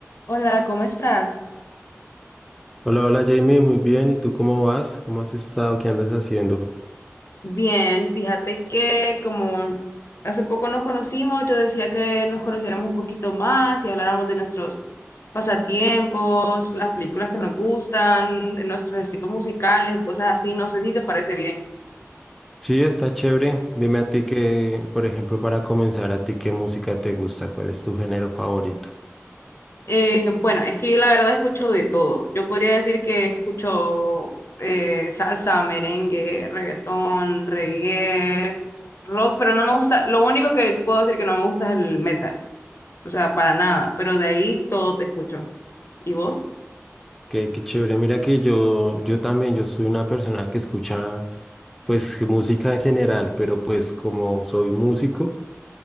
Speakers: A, on the left; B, in the centre.
A: Hola, ¿cómo estás?
B: Hola, hola Jamie, muy bien. ¿Y tú cómo vas? ¿Cómo has estado? ¿Qué andas haciendo?
A: Bien, fíjate que como hace poco nos conocimos, yo decía que nos conociéramos un poquito más y habláramos de nuestros pasatiempos, las películas que nos gustan, de nuestros estilos musicales y cosas así. No sé si te parece bien.
B: Sí, está chévere. Dime a ti que, por ejemplo, para comenzar, a ti qué música te gusta, cuál es tu género favorito.
A: Eh, bueno, es que yo la verdad escucho de todo. Yo podría decir que escucho eh, salsa, merengue, reggaetón, reggae, rock, pero no me gusta, lo único que puedo decir que no me gusta es el metal. O sea, para nada, pero de ahí todo te escucho. ¿Y vos?
B: Qué, qué chévere. Mira que yo, yo también, yo soy una persona que escucha, pues, música en general, pero pues como soy músico,